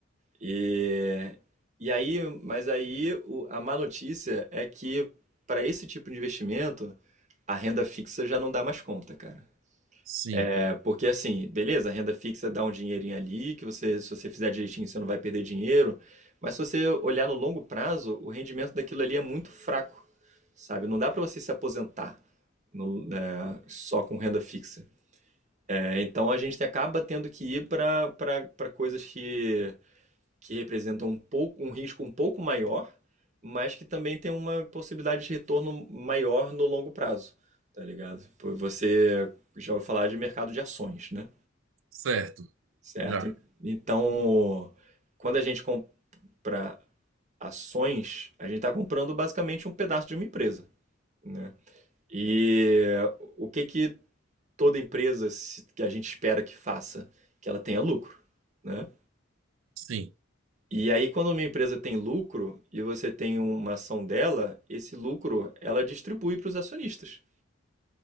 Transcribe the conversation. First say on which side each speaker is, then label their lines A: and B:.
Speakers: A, on the right; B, on the right.
A: E, e aí, mas aí o- a má notícia é que para esse tipo de investimento, a renda fixa já não dá mais conta, cara.
B: sim.
A: É porque assim, beleza, a renda fixa dá um dinheirinho ali, que você, se você fizer direitinho, você não vai perder dinheiro, mas se você olhar no longo prazo, o rendimento daquilo ali é muito fraco, sabe? Não dá para você se aposentar no- né, só com renda fixa. É, então a gente acaba tendo que ir para para coisas que que representam um pouco um risco um pouco maior, mas que também tem uma possibilidade de retorno maior no longo prazo, tá ligado? Pô, Você já ouviu falar de mercado de ações, né?
B: Certo.
A: Certo?
B: Já.
A: Então, quando a gente compra ações, a gente está comprando basicamente um pedaço de uma empresa, né? E o que que toda empresa se- que a gente espera que faça? Que ela tenha lucro, né?
B: Sim.
A: E aí, quando uma empresa tem lucro e você tem uma ação dela, esse lucro ela distribui para os acionistas.